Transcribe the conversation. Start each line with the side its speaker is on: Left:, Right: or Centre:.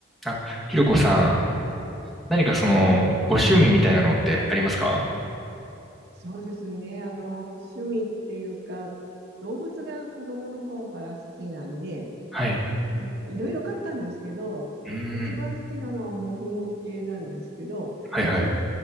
Centre: あ、ひろこさん、何かその、
Right: はい、
Centre: ご趣味みたいなのってありますか
Right: そうですね。あの、趣味っていうか、動物が子供の頃から好きなんで、
Centre: はい。
Right: えいろいろ飼ったんですけど、
Centre: うーん。
Right: 一番好きなのはモフモフ系なんですけど、
Centre: はいはい。
Right: 結